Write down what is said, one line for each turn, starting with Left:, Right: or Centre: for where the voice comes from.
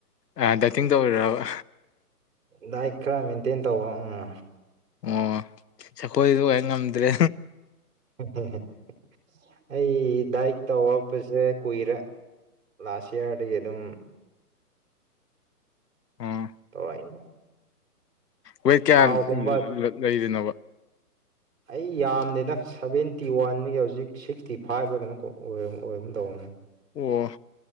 Left: ꯑ ꯗꯥꯏꯇꯤꯡ ꯇꯧꯔꯤꯔꯥꯥꯕ
Right: ꯗꯥꯏꯠ ꯈꯔ ꯃꯦꯟꯇꯦꯟ ꯇꯧꯕ ꯎꯝ
Left: ꯑꯣ ꯁꯈꯣꯏꯗ ꯑꯗꯨ ꯀꯥꯗꯤ ꯉꯝꯗ꯭ꯔꯦ
Right: <unintelligible> ꯑꯩ ꯗꯥꯏꯠ ꯇꯧꯔꯛꯄꯁꯦ ꯀꯨꯏꯔꯦ ꯂꯥꯁ ꯌꯔꯗꯒꯤ ꯑꯗꯨꯝ
Left: ꯑꯣ
Right: <unintelligible>
Left: ꯋꯦꯠ ꯀꯌꯥ
Right: ꯊꯥꯎꯒꯨꯝꯕ
Left: ꯂ ꯂꯩꯔꯤꯅꯣꯕ
Right: ꯑꯩ ꯌꯥꯝꯗꯦꯗ ꯁꯚꯦꯟꯇꯤ ꯋꯥꯟꯅꯤ ꯍꯧꯖꯤꯛ ꯁꯤꯛꯁꯇꯤ ꯐꯥꯏꯚ ꯂ ꯀꯩꯅꯣ ꯀꯣ ꯑꯣꯏꯔ ꯑꯣꯏꯔꯒꯨꯝ ꯇꯧꯕꯅꯦ
Left: ꯑꯣ